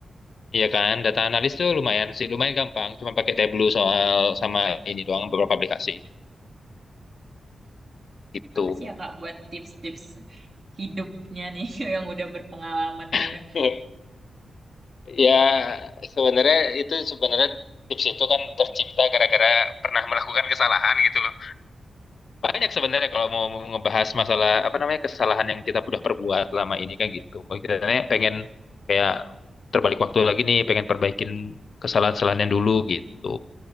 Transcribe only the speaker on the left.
Iya kan, data analis tuh lumayan sih, lumayan gampang. Cuma pakai Tableau soal sama ini doang beberapa aplikasi gitu.
<laughs> Ya, sebenarnya itu sebenarnya tips itu kan tercipta gara-gara pernah melakukan kesalahan gitu loh. Banyak sebenarnya kalau mau ngebahas masalah apa namanya kesalahan yang kita sudah perbuat lama ini kan gitu. Makanya pengen kayak terbalik waktu lagi nih, pengen perbaikin kesalahan-kesalahan yang dulu gitu.